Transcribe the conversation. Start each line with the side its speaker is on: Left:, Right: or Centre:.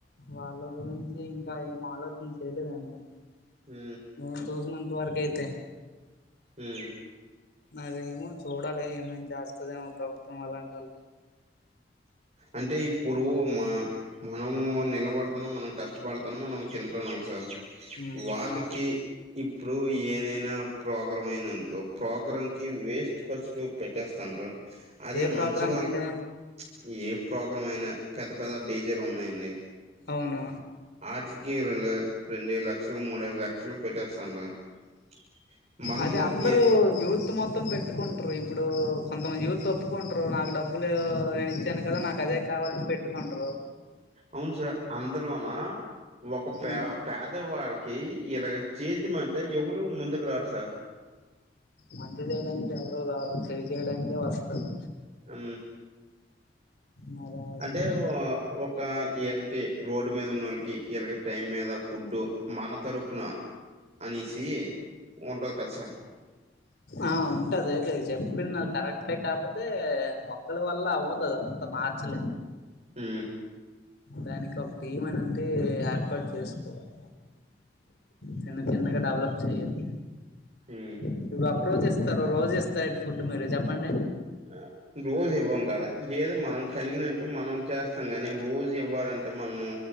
Left: వాళ్ళ గురించి ఇంకా ఏం ఆలోచన చేయలేదండి
Right: హు
Left: నేను చూసినంత వరకు అయితే
Right: హు
Left: మరేమో చూడాలి ఏమేమి చేస్తదేమో ప్రభుత్వం అలాంటి వ
Right: అంటే ఇప్పుడు మా మనము నిలబడుతున్నాం మనం కష్టపడుతున్నాం మనం తింటున్నాం సార్
Left: ఉమ్
Right: వాళ్లకి
Left: అవును
Right: ఇప్పుడు ఏదైనా ప్రోగ్రాం అయిందనుకో ప్రోగ్రాంకి వేస్ట్ ఖర్చులు పెట్టే <unintelligible> అదే
Left: ఏ ప్రోగ్రామ్
Right: మంచి వా <unintelligible>
Left: అండి
Right: ఏ ప్రోగ్రాం అయినా పెద్ద పెద్ద డీజేలు ఉన్నాయి అన్ని
Left: అవును
Right: <unintelligible> <unintelligible> మనము
Left: అదే
Right: ఈ
Left: <unintelligible> మొత్తం పెట్టుకుంటారు ఇప్పుడు కొంతమంది యుత్ ఒప్పుకుంటారు నాకు డబ్బులు నేను ఇచ్చాను కదా నాకు అదే కావాలని పెట్టుకుంటారు
Right: అవును సార్ అందులోన ఒక <unintelligible>
Left: ఉమ్
Right: పేదవాడికి ఇలాగ చేద్దమంటే ఎవరు ముందుకు రారు సార్
Left: మంచి చేయడానికి ఎవరు రారు చెడు చేయడానికి వస్తారు
Right: ఉ
Left: మరి అంతే
Right: అంటే ఒక వీళ్ళకి రోడ్ మీద ఉన్న వాళ్ళకి వీళ్ళకి టైం మీద ఫుడ్ మన తరపున అనేసి ఉంటా ది కదా సార్?
Left: ఆ ఉంటాది చెప్పింది నా కరెక్టే కాకపోతే ఇతరుల వల్ల అవుతాది అంతా మార్చలేము.
Right: మ్
Left: దానికి ఒక టీం అనింటే ఏర్పాటు చేసుకోవాలి. చిన్న చిన్నగా డెవలప్ చేయాలి.
Right: మ్
Left: ఇప్పుడు ఒక రోజు ఇస్తే రోజు ఇస్తారా ఫుడ్ మీరు చెప్పండి.
Right: ఆ రోజు ఇవ్వం కదా ఏదో మనం కలిగినట్టు మనం చేస్తాం కానీ రోజూ ఇవ్వాలంటే మనము.